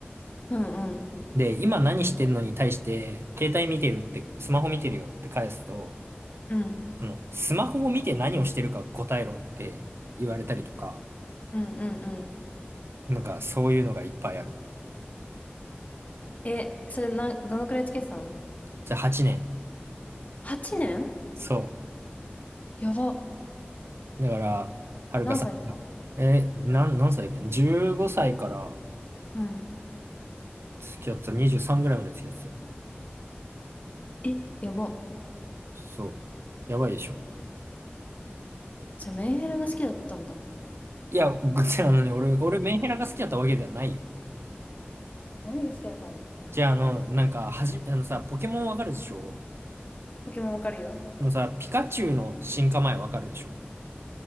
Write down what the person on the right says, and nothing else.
で、今何してんのに対して、携帯見てるって、スマホ見てるよって返すと、
その、スマホを見て何をしてるか答えろって言われたりとか、
なんかそういうのがいっぱいある。
じゃあ8年。
そ
う。だから、はるかさんが、
え、なん、何歳だっけ ?15 歳から
付き合ってた、23ぐらいまで付き合ってたよ。
そう。やばいでしょ。
いや、ぐ <laughs> あのね、俺、俺、メンヘラが好きだったわけではないよ。
じゃあ、あの、なんか、はじ、あのさ、ポケモンわかるでしょ
あのさ、ピカチュウの進化前わかるでしょ